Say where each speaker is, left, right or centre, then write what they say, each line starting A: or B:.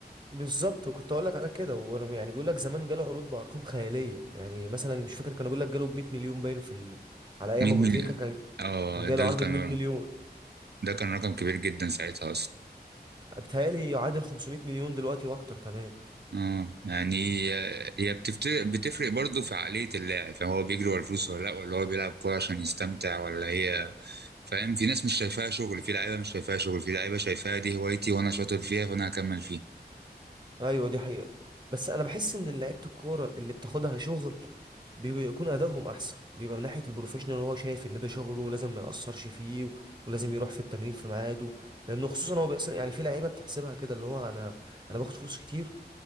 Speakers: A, on the right; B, on the right.
A: بالظبط وكنت اقول لك على كده وانا يعني بيقول لك زمان جاله عروض بارقام خياليه يعني مثلا مش فاكر كانوا بيقول لك جاله ب 100 مليون باين في ال... على ايام
B: 100
A: ابو
B: مليون
A: تريكه كان
B: اه
A: كان جاله
B: ده
A: عرض
B: كان
A: ب 100 مليون
B: ده كان رقم كبير جدا ساعتها اصلا
A: بيتهيألي يعادل 500 مليون دلوقتي واكتر كمان
B: اه يعني هي بتفرق بتفرق برضه في عقلية اللاعب يعني هو بيجري ورا الفلوس ولا لا ولا هو بيلعب كورة عشان يستمتع ولا هي فاهم في ناس مش شايفاها شغل في لعيبة مش شايفاها شغل في لعيبة شايفاها دي هوايتي وانا شاطر فيها فانا هكمل فيها
A: ايوه دي حقيقه بس انا بحس ان لعيبه الكوره اللي بتاخدها شغل بيكون ادائهم احسن بيبقى من ناحيه البروفيشنال هو شايف ان ده شغله ولازم ما ياثرش فيه و- ولازم يروح في التمرين في ميعاده لانه خصوصا هو بيأثر يعني في لعيبه بتحسبها كده اللي هو انا انا باخد فلوس كتير